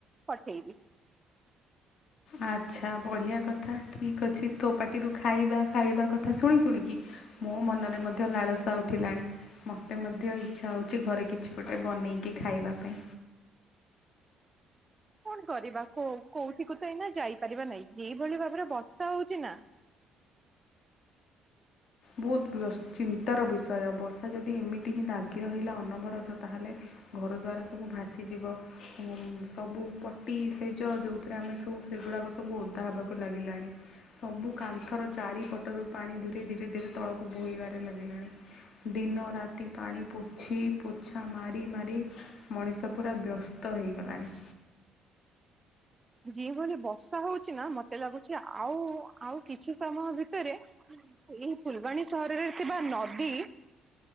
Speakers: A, on the right (about 25°); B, on the left (about 60°).
A: ପଠେଇବି।
B: ଆଚ୍ଛା। ବଢ଼ିଆ କଥା ଠିକ୍ ଅଛି। ତୋ ପାଟିରୁ ଖାଇବା ଖାଇବା କଥା ଶୁଣି ଶୁଣିକି ମୋ ମନରେ ମଧ୍ୟ ଲାଳସା ଉଠିଲାଣି। ମତେ ମଧ୍ୟ ଇଚ୍ଛା ହେଉଚି ଘରେ କିଛି ଗୋଟେ ବନେଇକି ଖାଇବା ପାଇଁ।
A: କଣ କରିବା କୋଉ କୋଉଠିକୁ ତ ଏଇନା ଯାଇପାରିବା ନାହିଁ। ଯେଉଭଳି ଭାବରେ ବର୍ଷା ହଉଚି ନା
B: ବହୁତ୍ ବ୍ୟା ଚିନ୍ତାର ବିଷୟ ବର୍ଷା ଯଦି ଏମିତି ହିଁ ଲାଗି ରହିଲା ଅନବରତ ତାହେଲେ ଘରଦ୍ୱାର ସବୁ ଭାସିଯିବ ସବୁ ପଟି ସେଜ ଯୋଉ ଥିରେ ଆମେ ସବୁ ସେଗୁଡ଼ାକ ସବୁ ଓଦା ହେବାକୁ ଲାଗିଲାଣି। ସବୁ କାନ୍ଥର ଚାରିପଟରୁ ପାଣି ଧୀରେ-ଧୀରେ-ଧୀରେ ତଳକୁ ବୋହିବାରେ ଲାଗିଲାଣି। ଦିନ ରାତି ପାଣି ପୋଛିି ପୋଛା ମାରି-ମାରି ମଣିଷ ପୁରା ବ୍ୟସ୍ତ ହେଇଗଲାଣି।
A: ଯେଉଁ ଭଳି ବର୍ଷା ହୋଉଛି ନା ମତେ ଲାଗୁଚି ଆଉ-ଆଉ କିଛି ସମୟ ଭିତରେ ଏହି ଫୁଲବାଣୀ ସହରରେ ଥିବା ନଦୀ